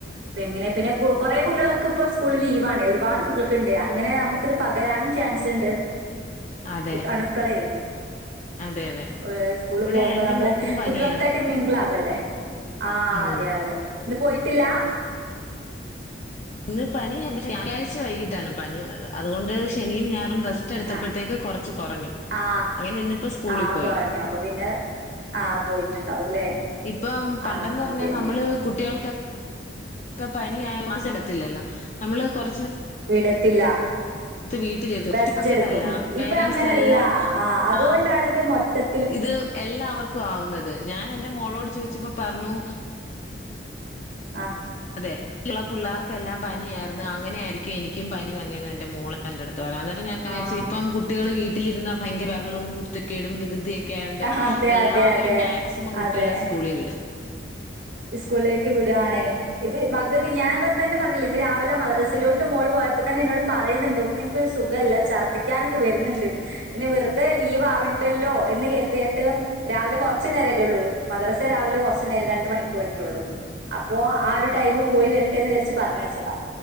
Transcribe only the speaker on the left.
അതെ
അതെ അതെ
ഇവിടെ
എന്റെ
മോക്കും പനിയാണ്
ഉം
ഇന്ന് പനിയ ശനിയാഴ്ച വൈകിട്ടാണ് പനിയുള്ളത് അതുകൊണ്ട് ശനിയും ഞ റസ്റ്റ്‌ എടുത്തപ്പോകും
കുറച്ച് കൊറഞ്ഞു
അങ്ങന ഇന്ന് ഇപ്പൊ സ്കൂളിൽ
പോയി
ഇപ്പൊ പണ്ടെന്ന്
പറഞ്ഞ
നമ്മൾ കുട്ടികൾക്കൊക്കെ പനി ആയ കൊണ്ട് ചെ ത്തില്ലല്ലോ നമ്മള് കൊറ
വീട്ടിലിരുത്തും
ഇപ്പ അങ്ങനല്ല
പേരൻറ്സ്
എല്ലാം
ആഹ്
ഇത് എല്ലാവർക്കും ആവുന്നത് ഞാൻ എന്റെ മോളോട് ചോദിച്ചപ്പോ പറഞ്ഞു
അതെ ഇള പിള്ളേർക്കെല്ലാം പനിയായിരുന്നു അങ്ങനെ ആയിരിക്കും എനിക്കും പനി വന്നേന്ന് എന്റെ മോളെ എന്റെ അടു തോ അന്നേരം ഞാ
വിചാരിച്ച ഇപ്പം കുട്ടികള് വീ വീട്ടിലിരുന്ന ഭയങ്കരഹളവും കുര്ത്തക്കേടും വികൃതിയ ക്കായൊണ്ട്
എല്ലാവരും
മാക്സിമം കുട്ടികളെ
സ്കൂളിൽ വിടും